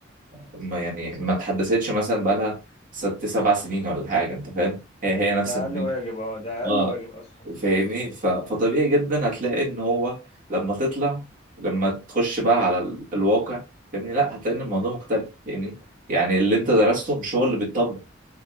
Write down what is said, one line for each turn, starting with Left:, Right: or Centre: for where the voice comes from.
Right: ما يعني ما اتحدثتش مثلا بقالها ست سبع سنين ولا حاجه انت فاهم هي هي نفس
Left: ده اقل واجب اه ده اقل
Right: اه
Left: واجب اصلا
Right: فاهمني ف- فطبيعي جدا هتلاقي ان هو لما تطلع لما تخش بقى على ال- الواقع فاهمني لا هتلاقي ان الموضوع مختلف فاهمني يعني اللي انت درسته مش هو اللي بيتطبق